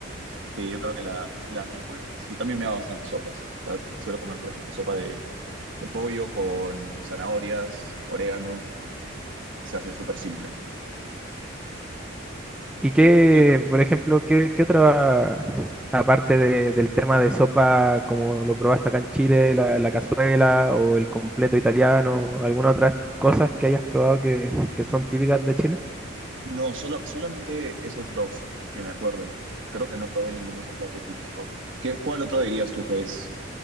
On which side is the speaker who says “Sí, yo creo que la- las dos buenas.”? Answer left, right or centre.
Right